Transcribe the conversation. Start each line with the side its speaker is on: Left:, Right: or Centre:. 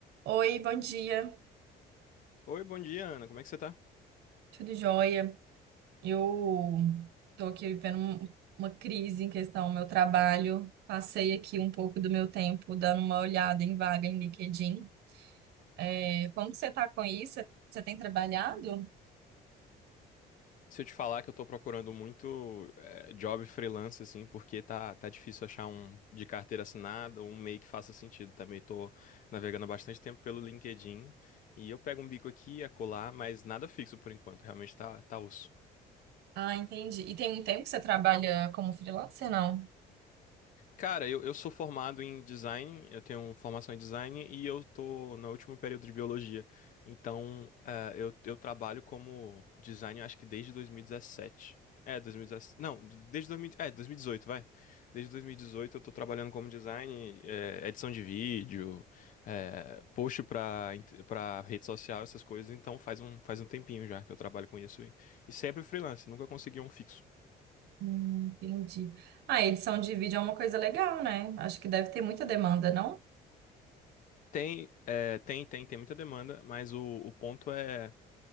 Right: Oi, bom dia,
Left: Oi, bom dia, Ana. Como é que você tá?
Right: tudo jóia? Eu tô aqui vivendo um- uma crise em questão ao meu trabalho. Passei aqui um pouco do meu tempo dando uma olhada em vaga em LinkedIn. É, como que você tá com isso? Você você tem trabalhado?
Left: Se eu te falar que eu tô procurando muito eh, job freelance, assim, porque tá, tá difícil achar um de carteira assinada ou um meio que faça sentido. Também tô navegando há bastante tempo pelo LinkedIn e eu pego um bico aqui e acolá, mas nada fixo por enquanto. Realmente tá, tá osso.
Right: Ah, entendi. E tem um tempo que você trabalha como freelancer, não?
Left: Cara, eu, eu sou formado em design, eu tenho formação em design e eu tô no último período de biologia. Então, eh, eu, eu trabalho como design, acho que desde 2017. É, 2017. Não, desde 2000, é, 2018, vai. Desde 2018 eu tô trabalhando como design, eh, edição de vídeo, eh, post pra, int- pra rede social, essas coisas. Então, faz um, faz um tempinho já que eu trabalho com isso. E, e sempre freelance, nunca consegui um fixo.
Right: Hum, entendi. Ah, edição de vídeo é uma coisa legal, né? Acho que deve ter muita demanda, não?
Left: Tem, é, tem, tem, tem muita demanda, mas o, o ponto é